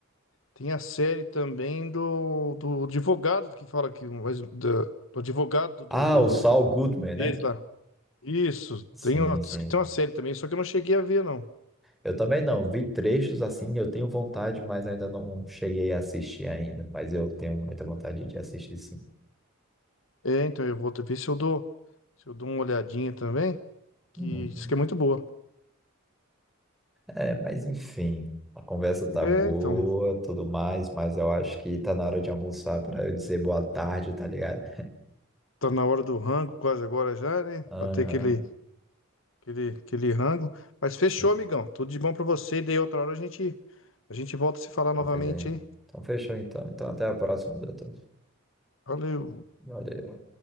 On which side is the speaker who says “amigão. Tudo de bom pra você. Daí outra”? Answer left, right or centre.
Left